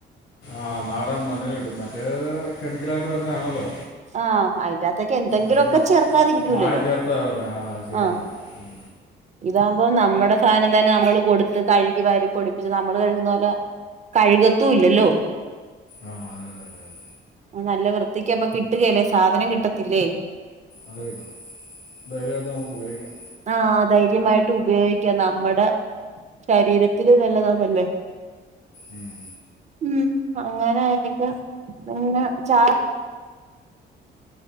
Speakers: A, on the left; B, on the right.
A: ആഹ് നാടൻ മഞ്ഞള് കിട്ടും മറ്റേത് കെമിക്കലായിട്ട് വരുന്നതാണല്ലോ
B: ആഹ് അയിന്റാത്തൊക്കെ എന്തെങ്കിലുമൊക്കെ
A: ആഹ്‌ മാ
B: ചേർക്കാതിരിക്കൂലല്ലോ
A: മായം ചേർത്ത വരുന്നേ ആഹ്‌ ശരിയാ
B: ആഹ്
A: അത് ഉം
B: ഇതാകുമ്പോ നമ്മുടെ സാനം തന്നെ നമ്മള് കൊടുത്ത് കഴുകി വരി പൊടിപ്പിച്ച് നമ്മൾ കഴുകുന്ന പോലെ കഴുകത്തും ഇല്ലല്ലോ
A: ആഹ്‌ അതെ അതെ അതെ അതെ
B: നല്ല വൃത്തിക്ക അപ്പൊ കിട്ടുകല്ലേ സാധനം കിട്ടത്തില്ലേ
A: അത കിട്ടും ധൈര്യമായിട്ട് നമുക്ക് ഉപയോഗിക്കാം
B: ആഹ്‌ ധൈര്യമായിട്ട് ഉപയോഗിക്കാാം നമ്മുടെ ശരീരത്തിന് നല്ലതാതല്ലേ
A: ഉം
B: ഉം അങ്ങനെ എനിക്ക് പിന്നെ ചാ